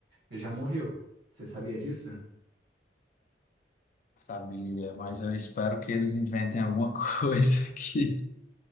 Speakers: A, on the right; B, on the left.
A: Já morreu. Você sabia disso?
B: Sabia, mas eu espero que eles inventem alguma <laughs> coisa que